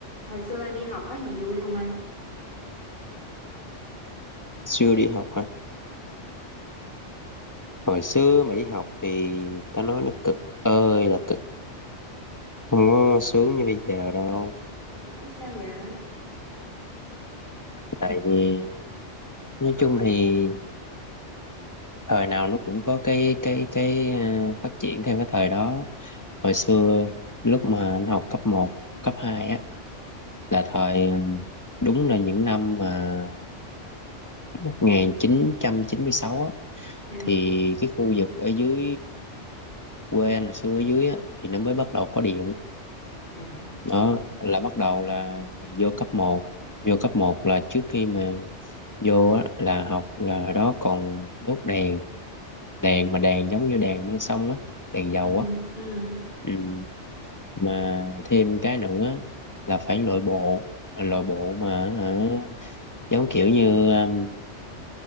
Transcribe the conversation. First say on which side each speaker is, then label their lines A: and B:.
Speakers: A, on the left (about 50°); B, on the left (about 15°).
A: Hồi xưa anh đi học có gì vui không anh?
B: Xưa đi học hả? Hồi xưa mà đi học thì ta nói nó cực ơi là cực. Không có sướng như bây giờ đâu.
A: Ủa sao vậy?
B: Tại vì nói chung thì thời nào nó cũng có cái cái cái ờ, phát triển theo cái thời đó. Hồi xưa lúc mà anh học cấp một cấp 2 á là thời ờ, đúng là những năm mà 1996 á
A: À,
B: thì cái khu vực ở dưới quê anh hồi xưa ở dưới á thì nó mới bắt đầu có điện
A: à,
B: đó là bắt đầu là vô cấp một, vô cấp một là trước khi mà vô á, là học là hồi đó còn đốt đèn đèn mà đèn giống như đèn măng sông á đèn dầu
A: ừ
B: á
A: ừ
B: ừ. mà thêm cái nữa là phải lội bộ À, lội bộ mà hả, giống kiểu như um,